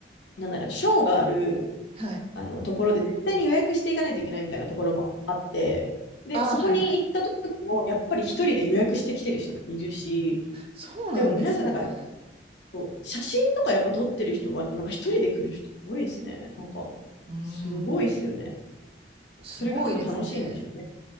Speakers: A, on the left; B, on the right.
A: なんだろう、ショーがある、
B: はい。
A: あの、ところで、絶対に予約していかないといけないみたいなところもあって、で、
B: ああ、
A: そこに行った時も、
B: はいはい。
A: やっぱり一人で予約してきてる人っているし、
B: そうなんですよね。
A: でも皆さんなんかそう写真とかやっぱ撮ってる人は、なんか一人で来る人多いですね。なんか、
B: うん。
A: すごいですよね。
B: すごいですね。
A: それがでも楽しいんでしょうね。